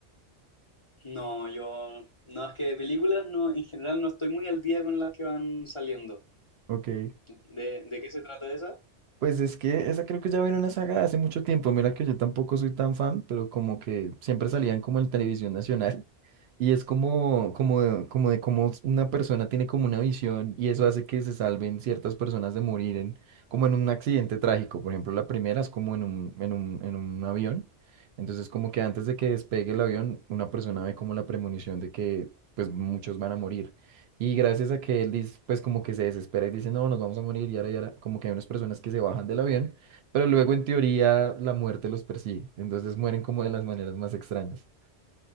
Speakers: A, on the left; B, on the right.
A: No, yo, no, es que de películas no, en general no estoy muy al día con las que van saliendo.
B: Ok.
A: ¿De, de qué se trata esa?
B: Pues es que esa creo que ya viene una saga de hace mucho tiempo. Mira que yo tampoco soy tan fan, pero como que siempre salían como en televisión nacional. <laughs> Y es como, como, de- como de cómo una persona tiene como una visión y eso hace que se salven ciertas personas de morir en, como en un accidente trágico. Por ejemplo, la primera es como en un, en un, en un avión. Entonces como que antes de que despegue el avión, una persona ve como la premonición de que pues muchos van a morir. Y gracias a que él dice, pues como que se desespera y dice, no, nos vamos a morir, y ahora, y ahora, como que hay unas personas que se bajan del avión, pero luego en teoría la muerte los persigue, entonces mueren como de las maneras más extrañas.